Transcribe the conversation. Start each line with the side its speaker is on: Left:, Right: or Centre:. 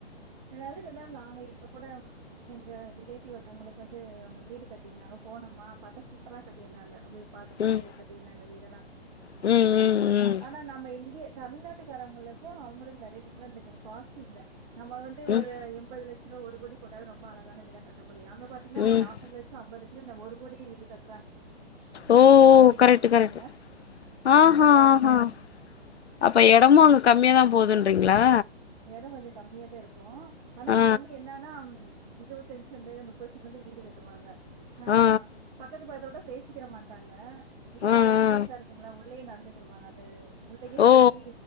Right: ஏதாவது இருந்தாலு நாங்க இப்ப கூட எங்க ரிலேட்டிவ்த்தவங்களுக்கு வந்து அவங்க வீடு கட்டியிருந்தாங்க போனோம்மா பாத்தா சூப்பரா கட்டியிருந்தாங்க அப்டி பாாரத்து பாாரத்து
Left: ம்
Right: கட்டியிருந்தாங்க வீடல்லாம்
Left: ம் ம்
Right: ஆஹ் ஆனா நம்ம இந்திய தமிழ்நாட்டுக்காரங்களுக்கும் அவங்களுக்கு நிறைய டிஃபரெண்ட் இருக்குது காஸ்டிமுல நம்
Left: ம்
Right: ஒரு எண்பது லட்சம் ச்சுல ஒரு கோடி போட்டாவது ரொம்ப அழகான வீடா கட்டணு ப்டி அங்க பாத்தீங்கன்னா
Left: ம்
Right: ஒரு
Left: ம்
Right: நாப்பது லட்ச அம்பது லட்ச ஒரு கோடி வீடுகள்
Left: ஓ கரெக்ட்
Right: குடுத்துருவாங்க.
Left: கரெக்ட் ஆஹ்ஹ
Right: நல்லாருக்கும்.
Left: ஆஹஹா அப்ப இடமாங்க கம்மியாதா போகுதுன்றீங்களா
Right: எடோ கொஞ்ச கம்மியதா இருக்கு ஆனா
Left: ஆ
Right: அங்க வந்து என்னன்னா இருபத்தஞ்சு செண்டு நுப்பது செண்டுலதா வீடு கட்டுவாங்க ஆஹ்
Left: ஆ ஆ
Right: பக்கத்து பக்கத்துல விட பேச சீக்கிர பண்ட்டாங்க வீடெல்லா
Left: ஆ
Right: பெருசு
Left: ஆ
Right: பெருசா இருக்குங்களா உள்ளயே நடந்து ப்பருவாங்க அது உளைக்க
Left: ஓ
Right: செடி